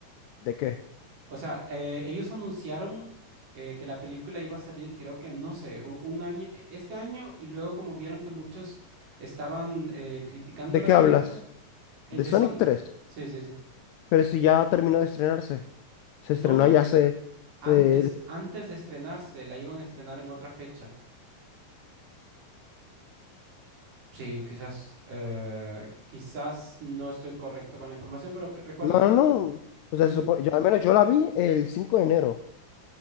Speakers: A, on the left; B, on the right.
A: ¿De qué?
B: O sea, eh, ellos anunciaron eh, que la película iba a salir, creo que, no sé, u- un año, e- este año y luego como vieron que muchos estaban eh, criticando
A: ¿De
B: la
A: qué
B: película,
A: hablas?
B: el
A: ¿De
B: de
A: Sonic
B: Sonic.
A: tres.
B: Sí, sí, sí.
A: Pero si ya terminó de estrenarse. Se
B: No,
A: estrenó
B: no,
A: ya hace...
B: antes,
A: eh, de-
B: antes de estrenarse, la iban a estrenar en otra fecha. Sí, quizás, eh, quizás no estoy correcto con la información, pero que- recuerdo
A: No,
B: que,
A: no,
B: mu-
A: no. O
B: que
A: sea,
B: mu-
A: se supone- yo, al menos yo la vi el 5 de enero,